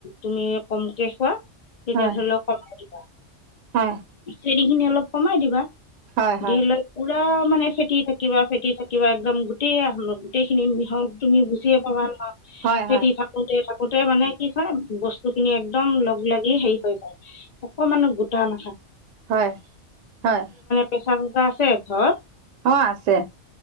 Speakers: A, on the left; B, on the right.
A: তুমি কমকে খোৱা তেতিয়
B: হয়
A: ধৰি লক ক
B: হয়।
A: চেৰি খিনি অলপ কমাই দিবা।
B: হয় হয়
A: দি লৈ পুৰা মানে ফেটি থাকিবা, ফেটি থাকিবা একদম গোটেই আ লগ গোটেইখিনি মিহল তুমি বুজিয়ে পাবা।
B: হয়
A: ফেটি
B: হয়
A: থাকোতে থাক গোটেই মানে কি কয় বস্তু খিনি একদম লগ লাগি হেৰি হৈ যায় অকমানহ গোটা নাথাকে।
B: হয়, হয়।
A: পেচাৰকুকাৰ আছে ঘৰত?
B: অ' আছে।